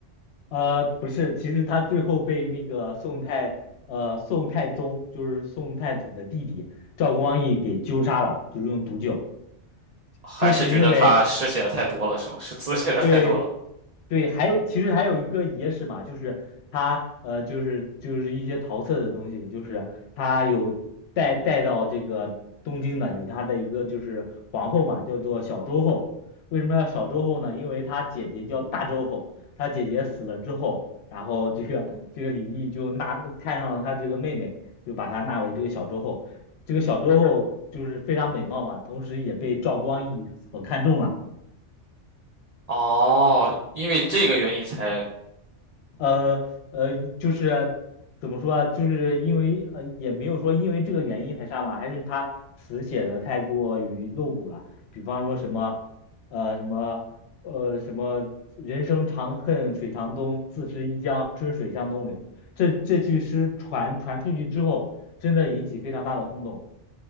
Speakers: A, on the left; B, on the right.
A: 呃，不是，其实他最后被那个宋太，呃，宋太宗就是宋太祖的弟弟赵光义给纠杀了，就是用毒酒，
B: 还是觉得他诗写的太多了，
A: 就是因为
B: 是吗？是字 <laughs> 写的太多了。
A: 对对，还其实还有一个野史嘛，就是他呃，就是就是一些桃色的东西，就是他有带带到这个东京的，有他的一个就是皇后嘛，叫做小周后。为什么要小周后呢？因为他姐姐叫大周后，他姐姐死了之后，然后这个这个李毅就纳看上了他这个妹妹，就把她纳为这个小周后。这个小周后就是非常美貌嘛，同时也被赵光义所看中了。
B: 哦，因为这个原因才，
A: 呃呃，就是怎么说啊，就是因为呃，也没有说因为这个原因才杀嘛，还是他词写的太过于露骨了。比方说什么，呃，什么，呃，什么，人生长恨水长东，自是一江春水向东流。这这句诗传传出去之后，真的引起非常大的轰动。